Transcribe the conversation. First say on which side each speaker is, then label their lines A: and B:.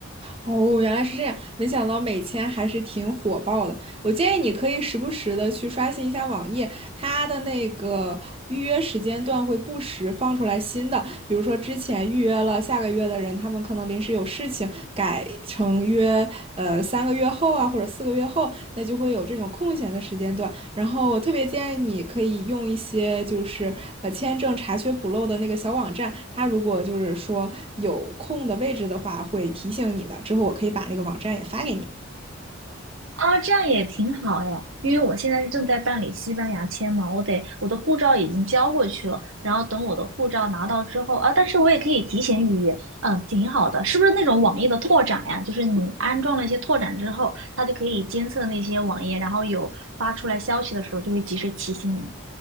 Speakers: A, on the right; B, on the right.
A: 哦，原来是这样，没想到美签还是挺火爆的。我建议你可以时不时的去刷新一下网页，它的那个预约时间段会不时放出来新的，比如说之前预约了下个月的人，他们可能临时有事情改成约呃三个月后啊，或者四个月后，那就会有这种空闲的时间段。然后我特别建议你可以用一些就是呃签证查缺补漏的那个小网站，它如果就是说有空的位置的话，会提醒你的。之后我可以把那个网站也发给你。
B: 啊，这样也挺好哎，因为我现在是正在办理西班牙签嘛，我得我的护照已经交过去了，然后等我的护照拿到之后啊，但是我也可以提前预约，嗯，挺好的，是不是那种网页的拓展呀？就是你安装了一些拓展之后，它就可以监测那些网页，然后有发出来消息的时候就会及时提醒你。